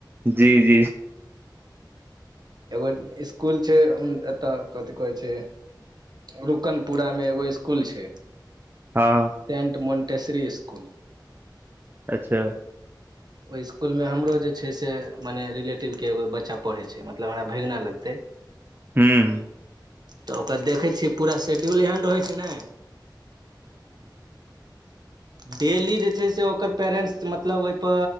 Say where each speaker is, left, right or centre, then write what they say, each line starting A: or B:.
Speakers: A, on the right (about 25°); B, on the right (about 60°).
A: जी जी
B: एगो ईस्कूल छै उ एतय कथि कहै छै रुकन पुरा मे एगो ईस्कुल छै
A: हँ
B: टेंट मोंटेसरी ईस्कुल
A: अच्छा
B: ओय इसकुल मे हमरो जे छै से मने रिलेटिवके एगो बच्चा पढ़ैत छै मतलब हमरा भैगना लगतै
A: हूं
B: तऽ ओकरा देखै छियै पूरा शेड्यूल एहन रहैत छै ने डेली जे छै से ओकर पेरेन्ट्स मतलब ओयप